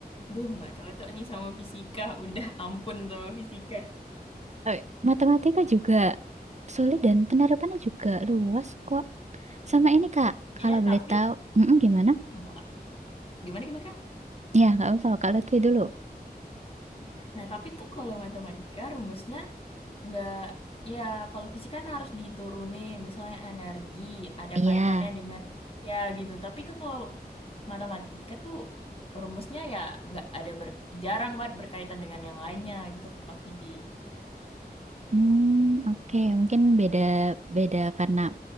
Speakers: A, on the left; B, on the right.
A: duh nggak cocok nih sama fisika. <laughs> Udah ampun sama fisika.
B: Eh, Matematika juga sulit dan penerapannya juga luas kok. Sama ini Kak, kalau
A: Iya
B: boleh
A: tapi
B: tahu, Mm-mm, gimana?
A: apa Kak? Gimana gimana Kak?
B: Ya, nggak apa-apa. Kak Lutfi dulu.
A: Nah tapi tuh kalau matematika rumusnya Nggak, ya kalau fisika kan harus diturunin, misalnya energi, ada
B: Iya.
A: kaitannya dengan ya gitu. Tapi kalau matematika tuh rumusnya ya nggak ada ber, jarang banget berkaitan dengan yang lainnya gitu Kak Vindi.
B: Hmm, oke, Mungkin beda beda karena